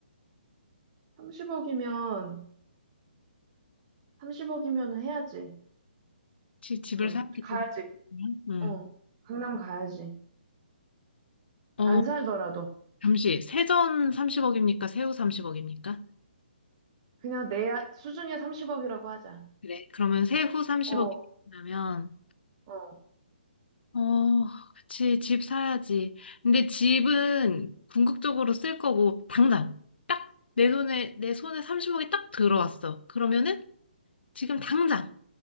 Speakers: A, on the right (about 35°); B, on the left (about 75°).
A: 30억이면, 30억이면 해야지.
B: 지, 집을
A: 그거,
B: 사야겠지.
A: 가야지.
B: 응.
A: 어. 강남 가야지.
B: 어,
A: 안 살더라도.
B: 잠시, 세전 30억입니까? 세후 30억입니까?
A: 그냥 내 야- 수중에 30억이라고 하자.
B: 그래. 그러면 세후 30억이
A: 어,
B: 나면,
A: 어.
B: 어, 그치, 집 사야지. 근데 집은 궁극적으로 쓸 거고, 당장. 딱 내 손에, 내 손에 30억이 딱 들어왔어. 그러면은 지금 당장